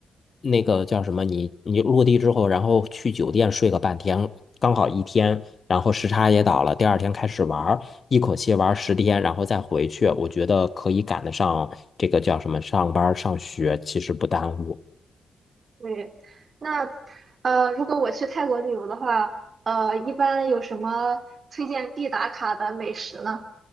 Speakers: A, on the left; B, on the right.
A: 那个叫什么，你你落地之后，然后去酒店睡个半天，刚好一天，然后时差也倒了，第二天开始玩儿，一口气玩十天，然后再回去，我觉得可以赶得上这个叫什么上班儿上学，其实不耽误。
B: 对，那呃，如果我去泰国旅游的话，呃，一般有什么推荐必打卡的美食呢？